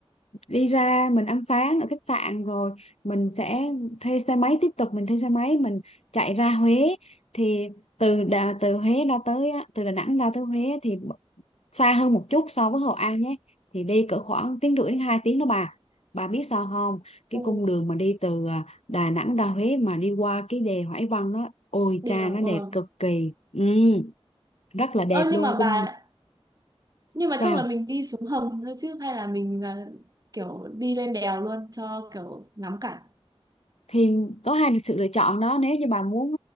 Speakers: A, on the left; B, on the right.
A: đi ra mình ăn sáng ở khách sạn rồi mình sẽ thuê xe máy tiếp tục mình thuê xe máy mình chạy ra Huế thì từ Đà, từ Huế ra tới từ Đà Nẵng ra tới Huế thì xa hơn một chút so với Hội An nhé thì đi cỡ khoảng tiếng rưỡi đến 2 tiếng đó bà bà biết sao không cái
B: Ừ.
A: cung đường mà đi từ à, Đà Nẵng ra Huế mà đi qua cái đèo Hải Vân đó ôi
B: Đều
A: cha nó đẹp
B: ờ.
A: cực kỳ ừ, rất là đẹp
B: Ơ
A: luôn
B: nhưng mà
A: cung
B: bà
A: đường
B: nhưng mà
A: sao
B: chắc là mình đi xuống hầm thôi chứ hay là mình à, kiểu đi lên đèo luôn cho kiểu ngắm cảnh
A: thì có hai sự lựa chọn đó nếu như bà muốn